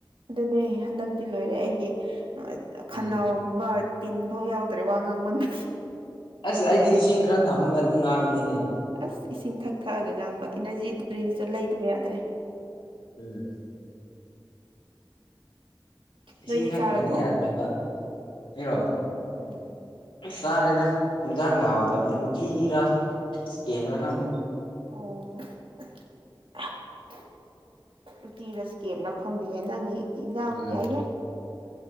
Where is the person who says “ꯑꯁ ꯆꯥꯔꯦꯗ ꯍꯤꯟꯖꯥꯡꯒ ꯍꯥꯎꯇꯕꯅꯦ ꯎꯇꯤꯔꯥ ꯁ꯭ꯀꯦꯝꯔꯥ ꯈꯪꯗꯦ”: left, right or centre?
Left